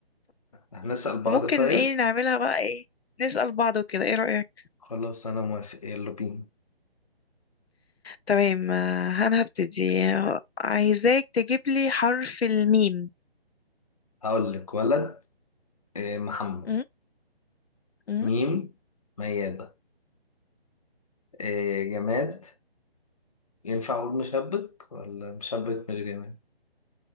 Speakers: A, on the left; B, on the left.
A: هنسأل بعض
B: فممكن
A: طيب
B: ايه نعملها بقى ايه نسأل بعض وكده ايه رأيك
A: خلاص انا موافق يلا بينا
B: تمام آه، انا هبتدي آه، عايزاك تجيب لي حرف الميم
A: هقول لك ولد آه، محمد
B: م- م-
A: ميم ميادة آه، جماد ينفع اقول مشبك ولا مشبك من الجماد